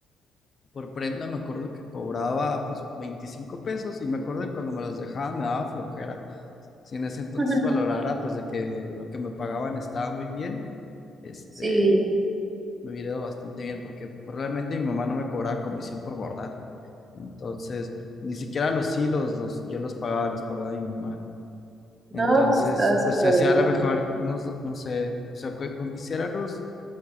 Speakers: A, on the left (about 40°); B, on the right (about 30°).
A: por prenda me acuerdo que cobraba pues 25 pesos y me acuerdo que cuando me las dejaban me daba flojera. Si en ese entonces
B: Ujú.
A: valorara pues de que lo que me pagaban estaba muy bien, este,
B: Sí,
A: me hubiera ido bastante bien porque probablemente mi mamá no me cobraba comisión por bordar. Entonces, ni siquiera los hilos los, yo los pagaba, los pagaba mi mamá.
B: no,
A: Entonces,
B: pues estaba súper
A: pues se hacía
B: bien.
A: a lo mejor unos, no sé, o sea, con con que hiciera unos